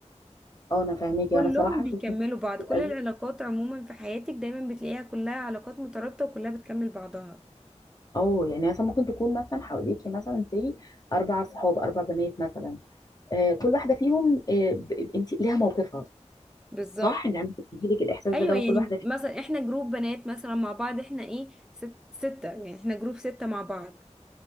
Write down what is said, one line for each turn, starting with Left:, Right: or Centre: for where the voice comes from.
Left: اه انا فاهمك
Centre: كلهم
Left: انا صراحه
Centre: بيكملوا
Left: شفت انت
Centre: بعض
Left: بتقابلي
Centre: كل العلاقات عموما في حياتك دايما بتلاقيها كلها علاقات مترابطة وكلها بتكمل بعضها
Left: اه يعني مثلا ممكن تكون مثلا حواليكي مثلا سي اربع صحاب اربع بنات مثلا آه، كل واحده فيهم انت ليها موقفها
Centre: بالظبط
Left: صح يعني عم بتديلك الاحساس
Centre: ايوه
Left: ده لو
Centre: يعني
Left: كل واحده فيهم
Centre: مثلا احنا جروب بنات مثلا مع بعض احنا ايه ست ستة يعني احنا جروب ستة مع بعض